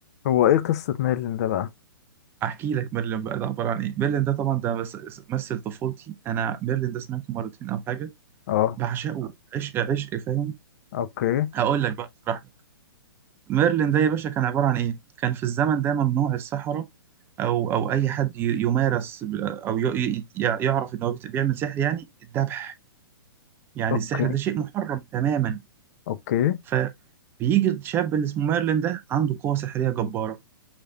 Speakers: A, on the left; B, on the right.
A: هو ايه قصة ميرلين ده بقى
B: احكي لك ميرلين بقى ده عباره عن ايه ميرلين ده طبعا ده مس- مثل طفولتي انا ميرلين ده سمعته مرتين او حاجه
A: اه
B: بعشقه عشق عشق فاهم
A: اوكي
B: هقول لك بقى اشرح لك ميرلين ده يا باشا كان عبارة عن إيه؟ كان في الزمن ده ممنوع السحرة أو أو أي حد ي- يمارس ب- أو ي- ي- يع- يعرف إن هو بت- بيعمل سحر يعني الذبح يعني
A: اوكي
B: السحر ده شيء محرم تماما
A: اوكي
B: فبيجي الشاب اللي اسمه ميرلين ده عنده قوة سحرية جبارة